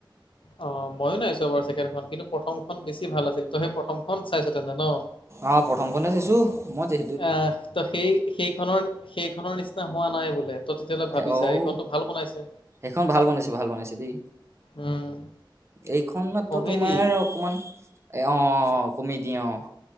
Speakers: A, on the left; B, on the right.
A: অ মইয়ো নাইছো বাৰু ছেকেণ্ডখন কিন্তু প্ৰথমখন বেছি ভাল আছিল, ত' সেই প্ৰথমখন চাইছ তেনে ন?
B: অ প্ৰথম খনে চাইছো, মই যে
A: আহ ত' সেই সেইখনৰ সেইখনৰ নিচিনা হোৱা নাই বোলে। তই তেতিয়াহ'লে ভাবিছা
B: অউ,
A: এইখনতো ভাল বনাইছে।
B: সেইখন ভাল বনাইছে ভাল বনাইছে দেই।
A: উম
B: এইখন মাত্ৰ
A: কমেডি
B: তোমাৰ অকমান এ অ অ অ কমেডী অ,